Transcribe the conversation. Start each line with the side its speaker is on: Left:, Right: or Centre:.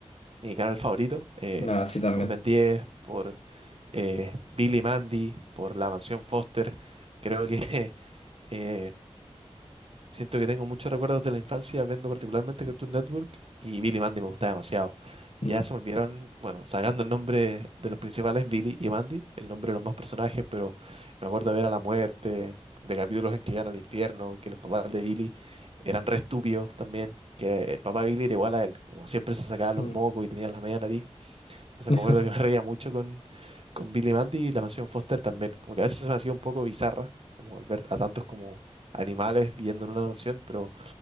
Right: mi canal favorito, eh,
Left: Ah, sí, también.
Right: por Ben 10, por eh, Billy Mandy, por La Mansión Foster. Creo que <laughs> eh, siento que tengo muchos recuerdos de la infancia viendo particularmente Cartoon Network y Billy Mandy me gustaba demasiado. Ya
Left: Mm,
Right: se me olvidaron, bueno, sacando el nombre de los principales, Billy y Mandy, el nombre de los más personajes, pero me acuerdo de ver a la muerte, de capítulos en que iban al infierno, que los papás de Billy eran re estúpidos también, que el papá de Billy era igual a él, como siempre se sacaba los
Left: mm.
Right: mocos y tenía la media nariz. Entonces
Left: <laughs>
Right: me acuerdo que <laughs> me reía mucho con, con Billy Mandy y la mansión Foster también. Como que a veces se me hacía un poco bizarra, como al ver a tantos como animales viviendo en una mansión, pero,